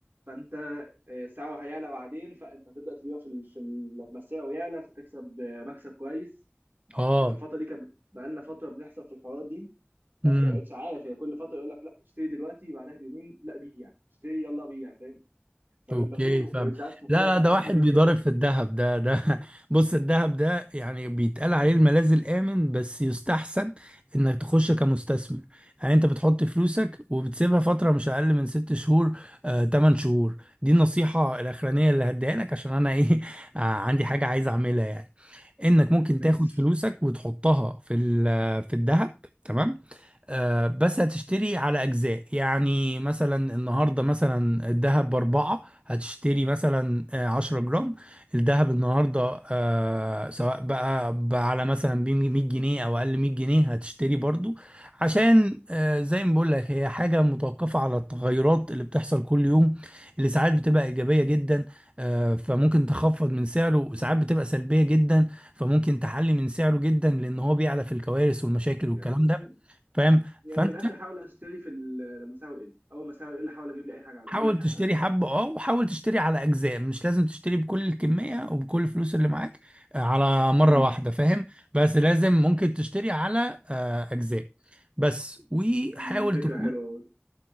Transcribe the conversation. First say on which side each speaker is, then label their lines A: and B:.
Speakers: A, on the right; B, on the right.
A: فانت آه، سعره هيعلى بعدين فانت هتبدا تبيعه في, ال- في ال- لما سعره يعلى فتكسب آه، مكسب كويس
B: اه
A: فالفتره دي كانت بت- بقالنا فتره بنحصل في الحوارات دي بس
B: امم
A: ما بقتش عارف يعني كل فتره يقول لك لا اشتري دلوقتي بعدها بيومين لا بيع اشتري يلا بيع فاهم فبقيت
B: اوكي
A: بتوه
B: فاهم
A: فبقيت عارف المفروض
B: لا
A: اعمل
B: لا ده
A: اعمل
B: واحد
A: ايه
B: بيضارب
A: دلوقتي
B: في الذهب ده ده
A: <laughs>
B: <laughs> بص الذهب ده يعني بيتقال عليه الملاذ الآمن بس يستحسن انك تخش كمستثمر يعني انت بتحط فلوسك وبتسيبها فترة مش اقل من ست شهور آه، تمن شهور دي النصيحة الاخرانية اللي هديها لك عشان انا ايه <laughs> آه، عندي حاجة عايز اعملها يعني انك ممكن
A: ماشي
B: تاخد فلوسك وتحطها في ال- في الذهب تمام آه، بس هتشتري على أجزاء يعني مثلا النهاردة مثلا الذهب بأربعة هتشتري مثلا آه، عشرة جرام الذهب النهاردة آه، سواء بقى, بقى على مثلا مية جنيه أو أقل مية جنيه هتشتري برضو عشان آه، زي ما بقول لك هي حاجة متوقفة على التغيرات اللي بتحصل كل يوم اللي ساعات بتبقى إيجابية جدا آه، فممكن تخفض من سعره وساعات بتبقى سلبية جدا فممكن تحلي من سعره جدا لأن هو بيعلى في الكوارث والمشاكل
A: يعني
B: والكلام ده فاهم
A: يعني
B: فانت
A: من الاخر حاول اشتري في ال- لما سعره يقل اول ما سعره يقل حاول اجيب لي اي حاجه على
B: حاول
A: اي حاجه
B: تشتري
A: على الاقل
B: حبة اه وحاول تشتري على اجزاء مش لازم تشتري بكل الكمية وبكل الفلوس اللي معاك آه، على مرة
A: امم
B: واحدة فاهم بس لازم ممكن تشتري على آه، اجزاء بس وحاول
A: أمم، فكره
B: تكون
A: حلوه برضه.